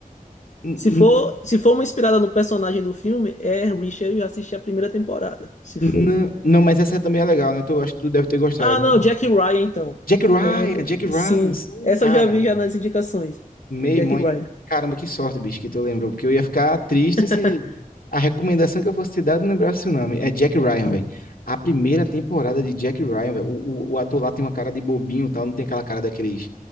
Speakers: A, on the left; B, on the left.
A: n-
B: Se
A: n-
B: for, se for uma inspirada no personagem do filme, é Richard, eu já assisti a primeira temporada, se for.
A: n- não, mas essa também é legal, né? Tu, acho que tu deve ter gostado.
B: Ah, não, Jack Ryan, então.
A: Jack Ryan,
B: Eu não...
A: Jack Ryan,
B: Sim,
A: sim,
B: essa
A: cara.
B: eu já vi
A: velho.
B: já nas indicações.
A: Meu
B: Jack
A: irmão,
B: Ryan,
A: e- caramba, que sorte, bicho, que tu lembrou, porque eu ia ficar triste
B: <laughs>
A: se a recomendação que eu fosse te dar eu não lembrasse o nome. É Jack Ryan,
B: sim.
A: velho. A primeira temporada de Jack Ryan, velho. O, o, o ator lá tem uma cara de bobinho e tal, não tem aquela cara daqueles